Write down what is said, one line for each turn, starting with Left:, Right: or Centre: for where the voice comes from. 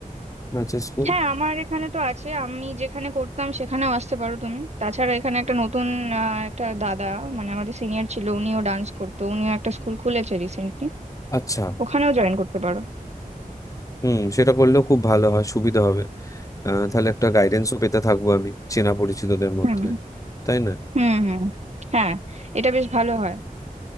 Left: নাচের স্কুল
Right: হ্যাঁ আমার এখানে তো আছে আমি যেখানে করতাম সেখানেও আসতে পারো তুমি তাছাড়া এখানে একটা নতুন আহ, একটা দাদা মানে আমাদের সিনিয়র ছিল উনিও ডান্স করতো উনিও একটা স্কুল খুলেছে রিসেন্টলি
Left: আচ্ছা
Right: ওখানেও জয়েন করতে পারো
Left: হুম সেটা করলেও খুব ভালো হয় সুবিধা হবে আহ, তাহলে একটা গাইডেন্সও পেতে থাকবো আমি চেনা পরিচিতদের মধ্যে
Right: হুম
Left: তাই না
Right: হুম হুম হ্যাঁ এটা বেশ ভালো হয়